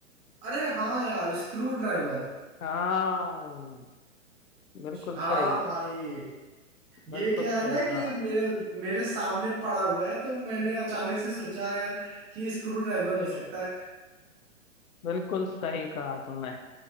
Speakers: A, on the right; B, on the left.
A: अरे हाँ यार स्क्रू ड्राइवर
B: हाँ, बिल्कुल
A: हाँ
B: सही
A: भाई ये
B: बिल्कुल
A: क्या
B: सही
A: है ना
B: जवाब
A: कि मेरे मेरे सामने पड़ा हुआ है तो मैंने अचानक से सोचा यार कि स्क्रू ड्राइवर हो सकता है
B: बिल्कुल सही कहा तुमने